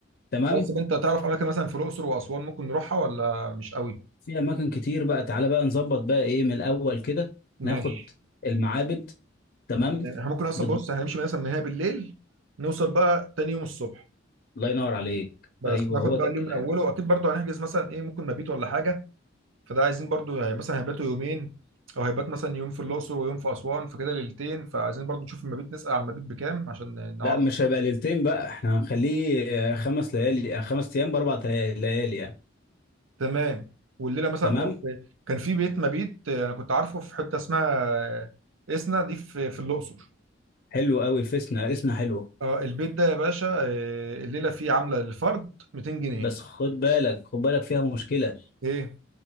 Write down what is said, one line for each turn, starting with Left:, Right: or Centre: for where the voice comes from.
Left: تمام
Right: خلاص طب انت تعرف اماكن مثلا في الاقصر واسوان ممكن نروحها ولا مش قوي
Left: في اماكن كتير بقى تعالى بقى نظبط بقى ايه من الاول كده
Right: ماشي
Left: ناخد المعابد تمام
Right: يعني احنا ممكن اصلا
Left: بت-
Right: بص هنمشي مثلا من هنا بالليل نوصل بقى تاني يوم الصبح
Left: الله ينور عليك
Right: بس
Left: ايوه
Right: ناخد
Left: هو ده
Right: بقى اليوم
Left: الكلام
Right: من اوله واكيد برضو هنحجز مثلا ايه ممكن مبيت ولا حاجه فده عايزين برضو يعني مثلا هيباتوا يومين او هيبات مثلا يوم في الاقصر ويوم في اسوان فكده ليلتين فعايزين برضو نشوف المبيت نسال عن المبيت بكام عشان نعرف
Left: لا مش هيبقى ليلتين بقى احنا هنخليه آه، خمس ليالي آه، خمس ايام باربع لي- ليالي يعني
Right: تمام والليله مثلا
Left: تمام
Right: هتقف في- كان في بيت مبيت آه، انا كنت عارفه في حته اسمها اسنا دي في في الاقصر
Left: حلو قوي فيسنا اسنا حلوه
Right: اه البيت ده يا باشا آه، الليله فيه عامله للفرد 200 جنيه
Left: بس خد بالك خد بالك فيها مشكله
Right: ايه